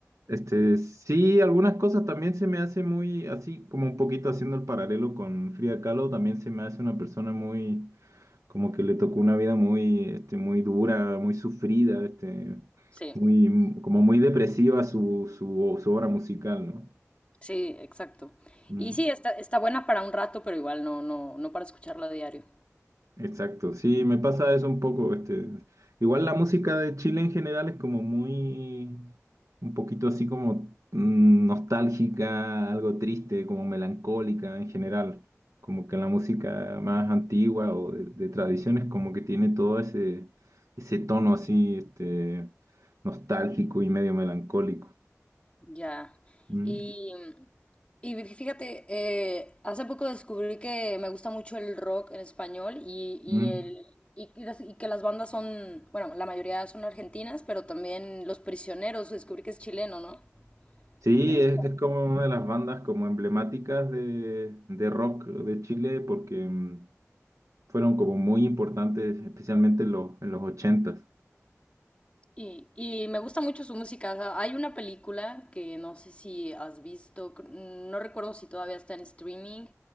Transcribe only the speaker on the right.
Este, sí, algunas cosas también se me hace muy, así como un poquito haciendo el paralelo con Frida Kahlo, también se me hace una persona muy como que le tocó una vida muy, este, muy dura, muy sufrida, este,
muy, como muy depresiva su, su, su obra musical, ¿no?
Mm.
Exacto, sí, me pasa eso un poco, este, igual la música de Chile en general es como muy, un poquito así como mm, nostálgica, algo triste, como melancólica en general, como que la música más antigua o de, de tradiciones como que tiene todo ese, ese tono así, este, nostálgico y medio melancólico.
Mm,
mm.
Sí,
es, es como una de las bandas como emblemáticas de, de rock de Chile porque... mm, fueron como muy importantes, especialmente en los, en los ochentas s